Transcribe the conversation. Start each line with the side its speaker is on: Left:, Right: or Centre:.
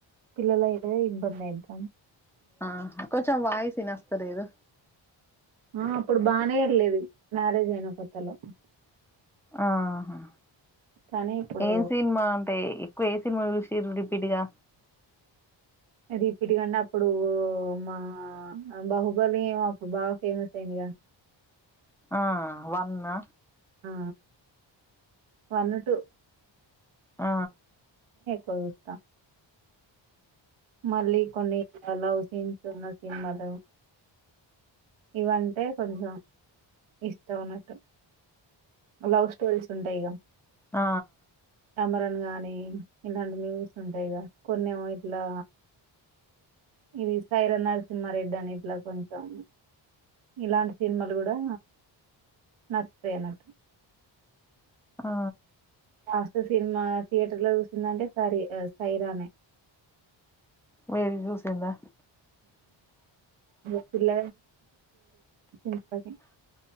Right: పిల్లల అయితే ఇబ్బంది అయితాం
Centre: ఆ కొంచెం వాయిసినస్తలేదు
Right: ఆ అప్పుడు బాగానేఎల్లేది మ్యారేజ్ అయినా కొత్తలో
Centre: ఆహా
Right: కానీ ఇప్పుడు
Centre: ఏం సినిమా అంటే కేస సినిమా చూసిళ్ళు రిపిటుగా
Right: రిపీటుగంటే అప్పుడు మా బాహుబలి ఏమో అప్పుడు బాగా ఫేమస్ అయి్యందిగ <inaudible>
Centre: ఆ వన్న
Right: ఆ వన్ టు
Centre: ఆ
Right: కోవిస్తాన్ మళ్ళీ కొన్ని లవ్ సీన్స్ ఉన్న సినిమాలు ఇవంటే కొంచెం ఇస్త ఉన్నట్టు లవ్ స్టోరీస్ ఉంటాయిగ
Centre: ఆ
Right: అమరన్ గాని ఇలాంటి మ్యూవీస్ ఉంటాయి గ కొన్నిం ఇట్లా ఇది సైరా నరసింహారెడ్డి అని ఇట్లా కొంచెం ఇలాంటి సినిమాలు కూడా నచ్చుతాయిన్నటు
Centre: ఆ
Right: కాస్ట్ సినిమా థియేటర్ లో చూసిందంటే సరి సైరానే
Centre: త చూసందా
Right: అ పల్ల <unintelligible>